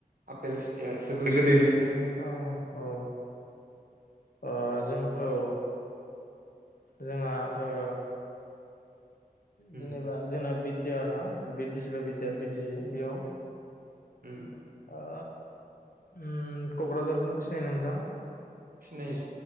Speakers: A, on the right; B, on the left.
A: आपेल फिथाया सोबोर गोदैनो
B: औ औ ओ जों औ जोंहा ओ
A: उम
B: जेनेबा जोंना बि थि आरोना बि <unintelligible> आर
A: उम
B: बि टि सि बेयाव
A: उम
B: ओ उम कक्राझारखौ सिनायनो नोंथां
A: सिनायो